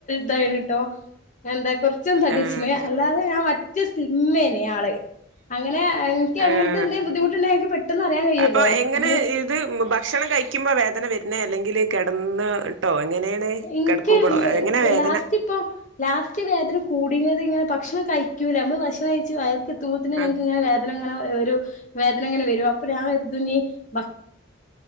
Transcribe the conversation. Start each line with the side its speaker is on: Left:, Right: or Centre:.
Left: ദയാണ് ട്ടോ എന്താ കുറച്ചും തടിച്ചന്
Right: ആഹ്
Left: അല്ലാതെ ഞാൻ മ മറ്റ സ്ലിംമ്മേനെയാള് അങ്ങനെ എനിക്ക്
Right: ആഹ്
Left: അങ്ങനത്തെ എന്തെങ്കും ബുദ്ധിമുട്ടുണ്ടെങ്ക എനിക്ക് പെട്ടെന്ന് അറിയാൻ കഴിയല്ലോ
Right: അപ്പൊ എങ്ങനെ
Left: നമ്മള്
Right: ഇത് ഭക്ഷണം കഴി ക്കുമ്പോ വേദന വരുന്ന അല്ലെങ്കിൽ കിടന്നിട്ടോ എങ്ങനെയാണ്
Left: ഇൻക്ക്
Right: കിടക്കുമ്പോഴോ എങ്ങനാ വേദന
Left: ലാസ്റ്റ് ഇപ്പൊ ലാസ്റ്റ് വേദന കൂടിയത് ഇങ്ങനെ ഭക്ഷണം കഴിക്കൂല്ല നമ്മള് ഭക്ഷണം കഴിച്ച് വയ തൂത്തിന
Right: ആഹ്
Left: നിക്ക്‌ങ്ങനെ വേദനങ്ങനെ ഒരു വേദനങ്ങനെ വരും അപ്പോ ഞാൻ കരുതു നി ഭ